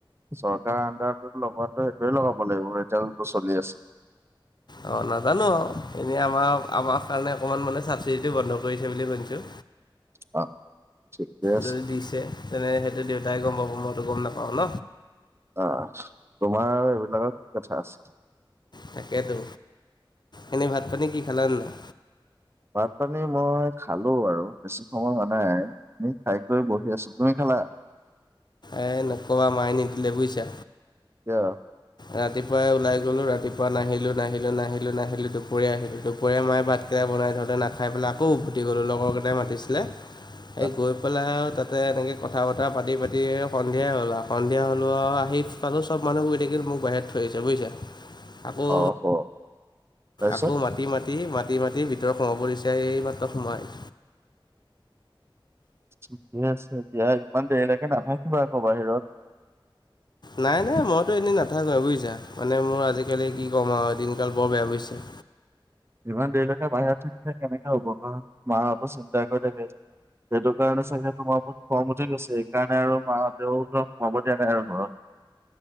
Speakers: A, on the right (about 30°); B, on the left (about 55°).
A: চৰকাৰ আণ্ডাৰতো লগোৱাটো এইটোৱে লগাব লাগিব তেওঁটো চলি আছে।
B: অ নাজানোঁ আৰু এনেই আমাৰ আমাস কাৰণে অকণমান মানে চাবচিডিটো বন্ধ কৰিছে বুলি শুনিছোঁ।
A: <unintelligible> ঠিকে আছে
B: যদি দিছে তেনে সেইটো দেউতাই গম পাব মইতো গম নাপাওঁ ন।
A: অ তোমাৰ আৰু এইবিলাকৰ কি কথা আছে?
B: তাকেইতো এনেই ভাত পানী কি খালা নাই?
A: ভাত পানী মই খালোঁ আৰু বেছি সময় হোৱা নাই। এ খাই কৰি বহি আছোঁ তুমি খালা?
B: এ নকবা মাই নিদিলে বুইছা।
A: কিয়?
B: ৰাতিপুৱাই ওলাই গ'লো ৰাতিপুৱা নাহিলোঁ নাহিলোঁ নাহিলোঁ নাহিলোঁ দুপৰীয়া আহিলোঁ দুপৰীয়া মায়ে বাট কেই বনাই থওঁতে নাখাই পেলাই আকৌ উভতি গ'লো লগৰকেইটাই মাতিছিলে।
A: <inaudible>
B: এই গৈ গৈ পেলাই আৰু তাতে এনেকে কথা -বতৰা পাতি পাতি সন্ধিয়াই হ'ল আৰু সন্ধিয়া হ'লেও আৰু আহি পালোঁ চব মানুহ শুই থাকিল মোক বাহিৰত থৈ আহিছে বুইছা। আকৌ
A: অ হ তাৰপিছত
B: আকৌ মাতি মাতি মা মাতি মাতি ভিতৰত সোমাব দিছে এইমাত্ৰ সোমাই
A: ঠিকে আছে দিয়া ইমান দেৰিলৈকে নাথাকিবা আকৌ বাহিৰত।
B: নাই, নাই। মইতো এনেই নাথাকোঁৱে বুজিছা। মানে, মোৰ আজিকালি কি ক'ম আৰু! দিনকাল বৰ বেয়া বুজিছা।
A: ইমান দেৰিলৈকে বাহিৰত থাকিলে, কেনেকে হ'ব? কাৰণ, মাহঁতো চিন্তা কৰি থাকে। সেইটো কাৰণে, চাগে তোমাৰ ওপৰত খং উঠি গৈছে। এই কাৰণে আৰু মা হঁতেও ধৰ, সোমাব দিয়া নাই আৰু ঘৰত।